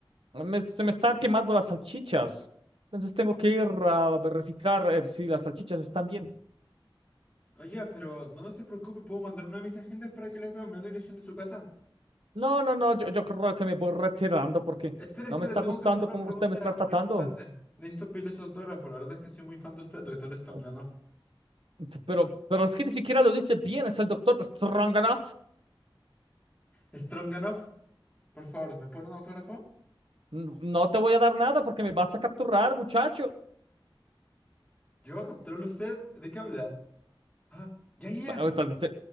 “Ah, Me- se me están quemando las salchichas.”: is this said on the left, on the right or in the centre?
Right